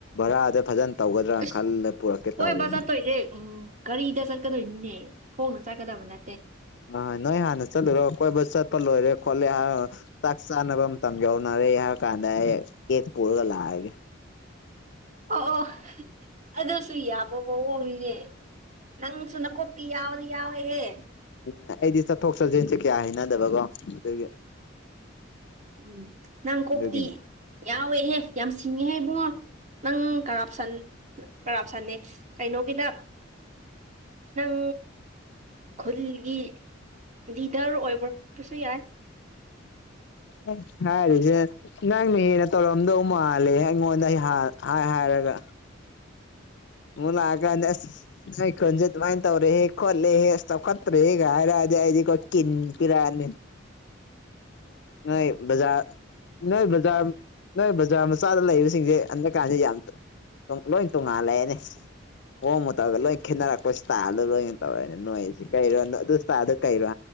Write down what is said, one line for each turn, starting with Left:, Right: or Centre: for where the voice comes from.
Left: ꯔꯗꯦ ꯐꯖꯅ ꯇꯧꯒꯗ꯭ꯔꯥ
Right: ꯑꯁ
Left: ꯈꯜꯂ ꯄꯨꯔꯛꯀꯦ
Right: ꯍꯣꯏ
Left: ꯇꯧꯕꯅꯤ
Right: ꯕꯥ ꯆꯠꯇꯣꯏꯁꯦ ꯎꯝ ꯒꯥꯔꯤꯗ ꯆꯠꯀꯗꯣꯏꯅꯤꯅꯦ ꯍꯅ ꯆꯥꯒꯗꯕꯟꯅ
Left: ꯑ ꯅꯣꯏ ꯍꯥꯟꯅ ꯆꯂ ꯔꯣ ꯑ ꯀꯣꯏꯕ ꯆꯠꯄ ꯂꯣꯏꯔꯦ ꯈꯣꯠꯂꯦ ꯆꯥꯛ ꯆꯥꯅꯕ ꯃꯇꯝ ꯌꯧꯅꯔꯦ ꯍꯥꯏꯔ ꯀꯥꯟꯗ ꯑꯩ ꯄꯨꯔꯒ ꯂꯑꯒꯦ
Right: ꯑꯣ ꯑꯣ ꯑꯗꯨꯁꯨ ꯌꯥꯕ ꯃꯑꯣꯡꯅꯤꯅꯦ ꯅꯪꯁꯨ ꯅꯀꯣꯛꯇꯤ ꯌꯥꯎꯗꯤ ꯌꯥꯎꯋꯦꯍꯦ
Left: ꯎꯝ ꯑꯩꯗꯤ ꯆꯠꯊꯣꯛ ꯆꯠꯁꯤꯟꯁꯦ ꯀꯌꯥ ꯍꯩꯅꯗꯕꯀꯣ ꯑꯗꯨꯒꯤ
Right: ꯎꯝ ꯅꯪ ꯀꯣꯛꯇꯤ
Left: ꯑꯗꯨꯒꯤꯅꯤ
Right: ꯌꯥꯎꯋꯦꯍꯦ ꯌꯥꯝ ꯁꯤꯡꯉꯦꯍꯦ ꯏꯕꯨꯡꯉꯣ ꯅꯪ ꯀꯔꯞꯁꯟ ꯀꯔꯞꯁꯟꯅꯦ ꯀꯩꯅꯣꯒꯤꯗ ꯅꯪ ꯈꯜꯒꯤ ꯂꯤꯗꯔ ꯑꯣꯏꯕꯔꯛꯄꯁꯨ ꯌꯥꯏ
Left: ꯎ ꯍꯦꯁꯦ ꯅꯪꯅ ꯍꯦꯟꯅ ꯇꯧꯔꯝꯗꯧ ꯃꯥꯜꯂꯦ ꯑꯩꯉꯣꯟꯗ ꯑꯩ ꯍꯥꯏ ꯍꯥꯏꯔꯒ ꯍꯂꯑꯒꯅꯦ ꯅ ꯑꯩ ꯈꯨꯟꯁꯦ ꯑꯗꯨꯃꯥꯏꯅ ꯇꯧꯔꯦꯍꯦ ꯈꯣꯠꯂꯦꯍꯦ ꯑꯁ ꯆꯥꯎꯈꯠꯇ꯭ꯔꯦꯍꯦꯒ ꯍꯥꯏꯔꯛꯑꯗꯤ ꯑꯩꯗꯤ ꯑꯩꯣ ꯀꯤꯟ ꯄꯤꯔꯛꯑꯅꯤ <inaudible>
Right: ꯎ
Left: ꯅꯖ ꯅꯖꯥ ꯅ ꯖꯥꯔ ꯃꯆꯥꯗ ꯂꯩꯕꯁꯤꯡꯁꯦ ꯍꯟꯗꯛꯀꯥꯟꯗꯦ ꯌꯥꯝ ꯂꯣꯏ ꯇꯣꯡꯉꯥꯜꯂꯛꯑꯦꯅꯦ
Right: <inaudible>
Left: ꯍꯣꯡꯝꯃꯨ ꯇꯧꯔꯒ ꯂꯣꯏ ꯈꯦꯠꯅꯔꯛꯄ ꯁꯇꯥꯗ ꯂꯣꯏꯅ ꯇꯧꯔꯅ ꯅꯣꯏꯁꯤ ꯀꯩꯔꯣ ꯑꯗꯨꯇꯥꯗ ꯀꯩꯔꯣ